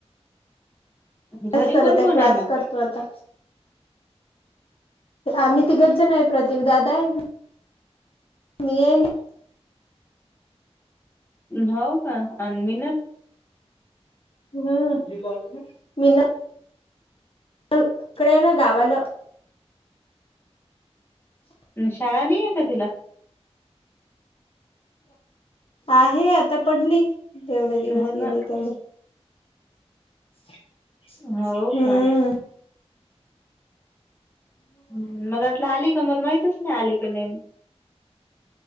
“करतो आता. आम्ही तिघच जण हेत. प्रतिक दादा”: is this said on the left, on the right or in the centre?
Left